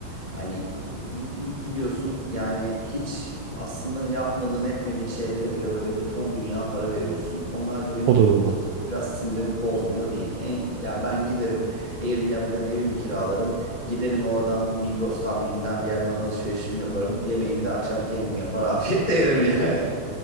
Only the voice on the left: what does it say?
hani e, bir, bir gidiyorsun yani hiç aslında yapmadığın etmediğin şeylere bile böyle bir ton dünya para veriyorsun onlar da benim
açıkçası biraz sinirimi bozmuyor değil en, ya ben giderim Airbnb'den evimi kiralarım Giderim oradan Migros'tan BİM'den bir yerden alışverişimi yaparım. Yemeğimi de akşam kendim yapar <laughs> afiyetle yerim yani.